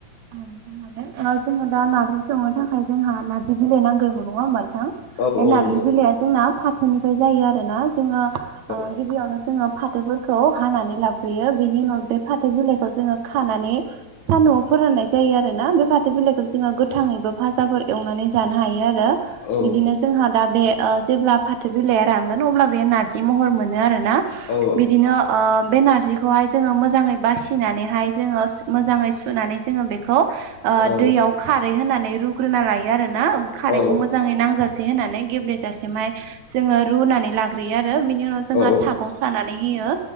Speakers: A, on the right; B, on the left.
A: <unintelligible> जोङो दा नारजि संनो थाखाय जोंहा ना नारजि बिलाइ नांग्रोगो नङा होमबा नोंथां
B: औ
A: बे
B: औ
A: नारजि
B: नंगौ
A: बिलाइया जोंना फाथोनिफ्राय जायो आरो ना जोङो ओ
B: औ
A: गिबियावनो जोङो फाथोफोरखौ हानानै लाग्रोयो बेनि उनाव बे फाथो बिलाइखौ जोङो खानानै सानदुंआव फोराननाय जायो आरो ना बे फाथो बिलाइखौ जोङो गो थां एबा भाजाफोर एवनानै जानो हायो आरो
B: औ
A: बिदिनो जोंहा दा बे ओ जेब्ला फाथो बिलाइया रानांगोन अब्ला बे नारजि महर मोनो आरोना
B: औ
A: बिदिनो ओ बे नारजिखौहाय जोङो मोजाङै बासिनानैहाय जोङो मोजाङै सुनानै जोङो बे खौ ओ
B: औ
A: दैयाव खारै होनानै रुग्रोना लायो आरोना खारैखौ
B: औ
A: मोजाङै नांजा से होनानै गेब्लेेजासे माय जोङो रुनानै लाग्रोयो आरो बि नि उनाव जोंहा
B: औ
A: सागं सानानै होयो